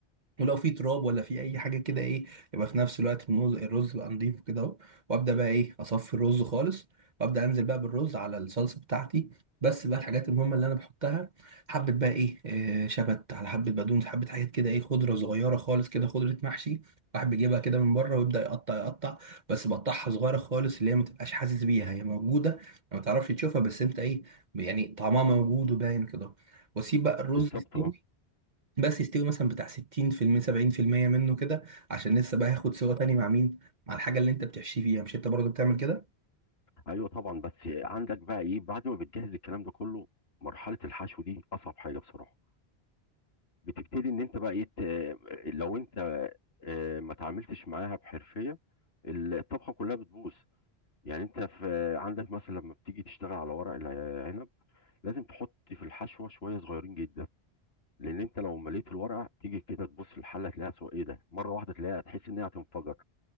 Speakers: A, on the right; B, on the left.
A: ولو في تراب ولا في اي حاجه كده ايه يبقى في نفس الوقت الرز الرز يبقى نضيف كده اهو وابدا بقى ايه اصفي الرز خالص وابدا انزل بقى بالرز على الصلصه بتاعتي بس بقى الحاجات المهمه اللي انا بحطها حبه بقى ايه آه، شبت على حبه بقدونس حبه حاجات كده ايه خضره صغيره خالص كده خضره محشي واحد بيجيبها كده من بره ويبدا يقطع يقطع بس بقطعها صغيره خالص اللي هي ما تبقاش حاسس بيها هي موجوده ما تعرفش تشوفها بس انت ايه يعني طعمها موجود وباين كده واسيب بقى الرز
B: بالظبط
A: يستوي
B: اه
A: بس يستوي مثلا بتاع 60% 70% منه كده عشان لسه بقى هياخد سوا تاني مع مين مع الحاجه اللي انت بتحشيه فيها مش انت برضو بتعمل كده
B: ايوه طبعا بس عندك بقى ايه بعد ما بتجهز الكلام ده كله مرحله الحشو دي اصعب حاجه بصراحه بتبتدي ان انت بقى ايه ت- لو انت آه، ما تعاملتش معاها بحرفيه الطبخه كلها بتبوظ يعني انت في عندك مثلا لما بتيجي تشتغل على ورق العنب لازم تحط في الحشوه شويه صغيرين جدا لان انت لو مليت الورقه تيجي كده تبص في الحله تلاقيها سو ايه ده مره واحده تلاقيها تحس ان هي هتنفجر